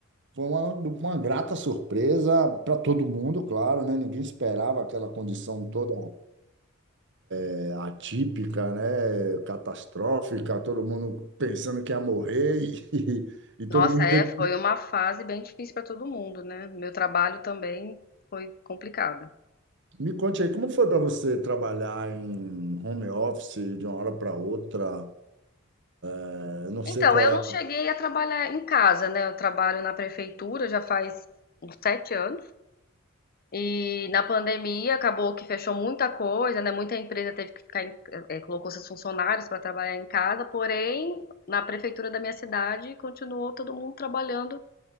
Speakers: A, on the right; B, on the left.
A: foi uma, uma grata surpresa para todo mundo, claro, né? Ninguém esperava aquela condição toda é atípica, né? Catastrófica, todo mundo pensando que ia morrer e, <laughs> e todo
B: Nossa,
A: mundo
B: é,
A: teve.
B: foi uma fase bem difícil para todo mundo, né? Meu trabalho também foi complicado.
A: Me conte aí, como foi para você trabalhar em home office de uma hora para outra? É, Eu não sei
B: Então,
A: qual
B: eu
A: é
B: não
A: a
B: cheguei a trabalhar em casa, né? Eu trabalho na prefeitura já faz uns sete anos. E na pandemia acabou que fechou muita coisa, né? Muita empresa teve que ficar, em, eh, colocou seus funcionários para trabalhar em casa, porém, na prefeitura da minha cidade continuou todo mundo trabalhando